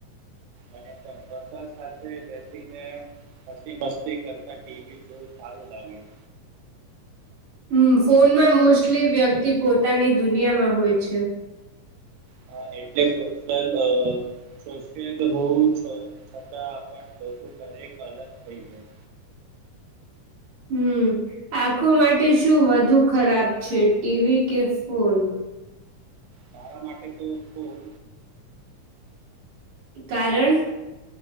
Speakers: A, on the right; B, on the right.
A: અને પણતા સાથે બેસીને મસી મસ્તી કરતા ટીવી જોવું સારું લાગ્યુ
B: હમ ફોનમાં મોસ્ટલી વ્યક્તિ પોતાની દુનિયામાં હોય છે.
A: હા એટલે સોશલ અ. સો હોવું છતાં પણ લોકો ઘરેક અલગ થઈ જાય.
B: હમ આખો માટે શું વધુ ખરાબ છે, ટીવી કે ફોન.
A: મારા માટે તો ફોન.
B: કારણ.